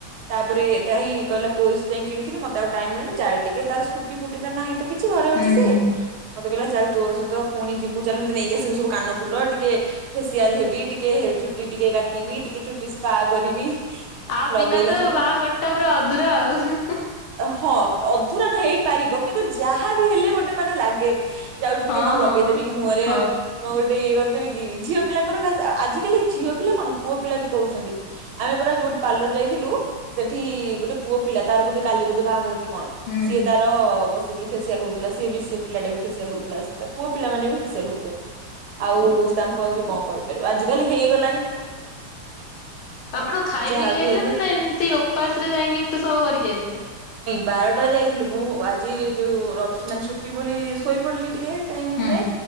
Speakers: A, on the right (about 75°); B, on the left (about 75°).
A: ତାପରେ ସେଟା ହିଁ କହିଲ ତୋରି ସେ ଯାଇଁ କିଣିଥିଲି ମତେ ଆଉ ଟାଇ ମିଳଣି ଚାର ଟିକେ ତାର ସ୍କୁଟି ଫୁଟି ତ ନାହି। ତ କିଛି ଘରେ ଅଛି
B: ହୁଁ
A: ସ
B: ହୁଁ।
A: ମତେ କହିଲା ଚାଲେ ତୋର ସହିତ ପୁଣି ଯିବୁ ଚାଲନ୍ତୁ ନେଇକି ଆସିବୁ ସବୁ କାନ ଫୁଲ ଟିକେ ଫେସିଆଲ ହେବି ଟିକେ ଟିକେ କାଟିବି ଟିକେ ଚୁଟି ସ୍ପା କରିବି
B: ଆ ବିନା
A: ଲଗେଇଲା
B: ତ
A: ସେଠୁ
B: ବାହାଘର ଟା ପୁରା ଅଧୁରା ଆଉ ହଁ
A: ହଁ। ଅଧୁରାଣ ହେଇପାରିବ କିନ୍ତୁ ଯାହା ବି ହେଲେ ଗୋଟେ ମାନେ ଲାଗେ ଯାଉଛି ଟିକେ
B: ହଁ।
A: କଣ ଲଗେଇଦେବି କି ମୁହଁରେ
B: ହଁ
A: ଆଉ କଣ ଗୋଟେ ଇଏ କରିଦେବି। କି ଝିଅ ପିଲାଙ୍କର ଖାଶ ଆଜିକାଲି ଝିଅ ପିଲା କଣ ପୁଅ ପିଲା ବି କରୁଛନ୍ତି। ଆମେ ପରା ଯୋଉ ପାର୍ଲର ଯାଇଥିଲୁ ସେଠି ଗୋଟେ ପୁଅ ପିଲା ତାର ବୋଧେ କାଲି ବୋଧେ ବାହାଘର କି କଣ
B: ହୁଁ।
A: ସିଏ ତାର ବସ ବସିକି ଫେସିଆଲ ହଉଥିଲା ସେ ବି ସେ ପିଲାଟା ଫେସିଆଲ ହଉଥିଲା ପୁଅ ପିଲା ମାନେ ବି ଫେସିଆଲ ହଉଛନ୍ତି ଆଉ ତାଙ୍କୁ ଆଉ କଣ କହିପାରିବା ଆଜିକାଲି ହେଇଗଲା।
B: ଆପଣ ଖାଇ
A: ଯାହାବି
B: ପିଇକି ଯାଇଥିଲେ
A: ହେଲେ
B: ନାଇ ନା ଏମତି ଉପାସ ରେ ଯାଇକି ଏତେ ସବୁ କରିକି ଆଇଲେ।
A: ବାର୍ ଯାଇଥିଲୁ ମୁଁ ଆଜି ଯୋଉ ଅପସନାଲ ଛୁଟି ବୋଲି ଶୋଇ ପଡିଲି ଟିକେ। ଟାଇମ
B: ହୁଁ
A: ଯାଏ